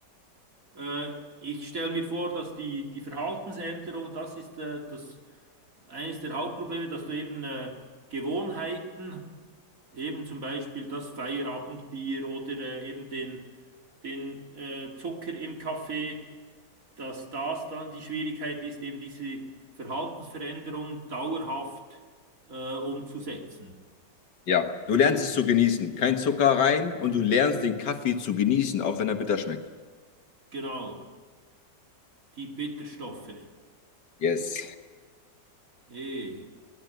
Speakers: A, on the right (about 50°); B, on the left (about 75°).
A: Äh, ich stelle mir vor, dass die, die Verhaltensänderung, das ist äh, das, eines der Hauptprobleme, dass du eben äh, Gewohnheiten, eben zum Beispiel das Feierabendbier oder äh, eben den, den äh, Zucker im Kaffee, dass das dann die Schwierigkeit ist, eben diese Verhaltensveränderung dauerhaft äh, umzusetzen.
B: ja, du lernst es zu genießen. Kein Zucker rein und du lernst den Kaffee zu genießen, auch wenn er bitter schmeckt.
A: Genau, die Bitterstoffe.
B: Yes.
A: Eh.